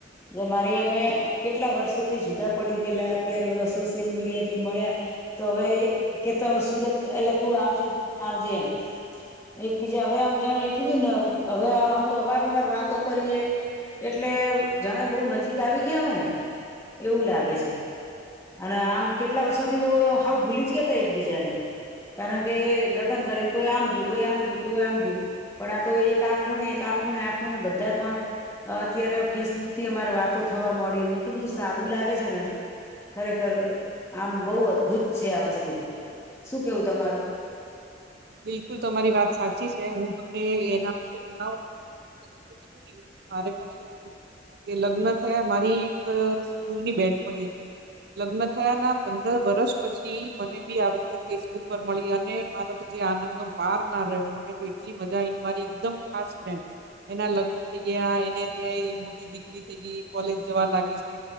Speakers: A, on the left; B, on the right.
A: જે મારી એમે કેટલા વર્ષોથી જુદા પડી ગયેલા અત્યારે સોશિયલ મીડિયાથી મળ્યા તો હવે કેતો સુરત એટલે તું આવજે આવજે એમ. એક બીજા હવે આમ જાણ એટલું મધુ જ ને હવે આ આમ અવારનવાર વાતો કરીએ એટલે જાણે બહુ નજીક આવી ગયા હોય ને એવું લાગે છે. અને આમ કેટલા વર્ષોથી તો હાવ ભૂલી જ ગયા તા એકબીજા ને. કારણ કે લગ્ન કરીને કોઈ આમ ગ્યું કોઈ આમ ગયું કે આમ ગયું પણ આ તો એક આ ખૂણે આ ખુણે આ ખૂણે બધા પણ અત્યારે ફેસબુક થી અમારે વાતો થવા મળીને એટલું બધું સારું લાગે છે ને ખરેખર આમ બહુ અદભુત છે આ વસ્તુ. શું કેવું તમારું?
B: બિલકુલ તમારી વાત સાચી છે. હું તમને એના વિશે જણાવું ને તો તમે <inaudible> મારે પણ એવું થયું કે લગ્ન થયા મારી એક સ્કૂલની બેનપણી હતી. લગ્ન થયા ના પંદર વર્ષ પછી મને બી આવી રીતે ફેસબુક પર મળી અને મારા જો એ આનંદ નો પાર ના રહ્યો મને તો એટલી મજા આવી ને મારી એકદમ ખાસ ફ્રેન્ડ. એના લગ્ન થઈ ગયા એને ત્યાંય મોટી દીકરી થઇ ગઈ કોલેજ જવા લાગી છે.